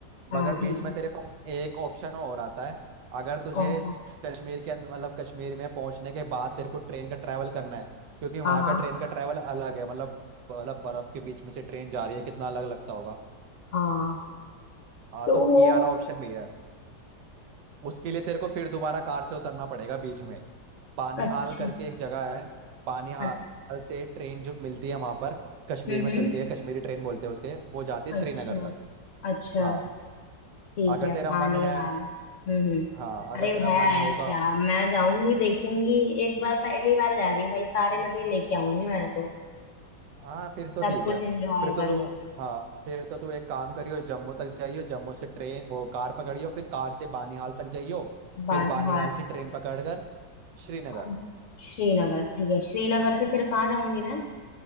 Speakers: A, on the left; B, on the right.
A: हाँ
B: मगर बीच
A: ठीक है
B: में तेरे पास एक ऑप्शन और आता है अगर तुझे
A: कौन सा
B: कश्मीर के अंदर मतलब कश्मीर में पहुंचने के बाद तेरे को ट्रेन का ट्रैवल करना है क्योंकि वहां
A: हाँ हाँ
B: का ट्रेन का ट्रैवल अलग है मतलब मतलब बर्फ के बीच में से ट्रेन जा रही है कितना अलग लगता होगा
A: हाँ
B: हाँ
A: तो
B: तो
A: वो
B: ये वाला ऑप्शन भी है उसके लिए तेरे को फिर दोबारा कार से उतरना पड़ेगा बीच में बानिहाल
A: अच्छा
B: करके एक जगह है बानिहाल
A: अच्छा
B: से ट्रेन जो मिलती है वहां पर कश्मीर
A: हम्म
B: में
A: हम्म
B: चलती है कश्मीरी ट्रेन बोलते हैं उसे वो जाती है श्रीनगर
A: अच्छा
B: तक
A: अच्छा
B: हाँ
A: ठीक
B: अगर
A: है
B: तेरा
A: पानीहाल
B: मन है
A: हम्म हम्म
B: हाँ अगर
A: अरे
B: तेरा
A: है
B: मन है होगा
A: क्या मैं जाऊंगी देखूंगी एक बार पहली बार जा रही हूँ भाई सारे मजे लेके आऊंगी मैं तो
B: हाँ फिर तो
A: सब
B: ठीक
A: कुछ
B: है
A: एंजॉय
B: फिर तो
A: करूंगी
B: तू हाँ फिर तो तू एक काम करियो जम्मू तक जाइयो जम्मू से ट्रेन वो कार पकड़ियो फिर कार से बानीहाल तक जाइयो
A: बानीहाल
B: फिर बानीहाल
A: ठीक
B: से ट्रेन पकड़ कर श्रीनगर
A: है। श्रीनगर ठीक है श्रीनगर से फिर कहाँ जाऊंगी मैं